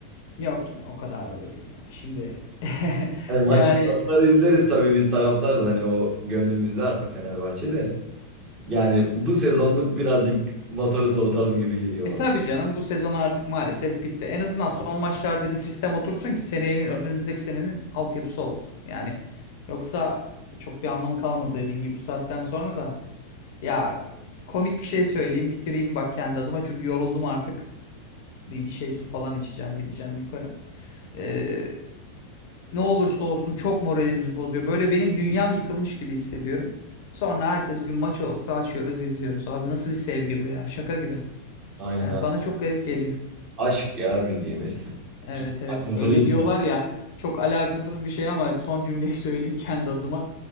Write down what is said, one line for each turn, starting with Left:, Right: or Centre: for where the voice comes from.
Left: Yok ya o kadar da değil ya. Şimdi <laughs>
Right: Hani maçı
Left: yani
Right: maçları izleriz tabii biz taraftarız hani o gönlümüzde artık Fenerbahçe'de. Yani bu sezonluk birazcık motoru soğutalım gibi geliyor
Left: e
Right: bana.
Left: tabii canım bu sezon artık maalesef bitti. En azından son maçlarda bir sistem otursun ki senenin önümüzdeki senenin altyapısı olsun. Yani yoksa çok bir anlamı kalmadı dediğin gibi bu saatten sonra da. Ya komik bir şey söyleyeyim bitireyim bak kendi adıma çünkü yoruldum artık. bir, bir şey su falan içeceğim gideceğim yukarı. Ee, ne olursa olsun çok moralimizi bozuyor. Böyle benim dünyam yıkılmış gibi hissediyorum. Sonra ertesi gün maç olsa açıyoruz izliyoruz. Abi nasıl bir sevgi bu ya şaka gibi.
Right: Aynen
Left: Yani
Right: abi.
Left: bana çok garip geliyor.
Right: Aşk ya bildiğimiz.
Left: Evet evet
Right: Akıntılıyız
Left: öyle diyorlar
Right: ya.
Left: ya çok alakasız bir şey ama son cümleyi <laughs> söyleyeyim kendi adıma.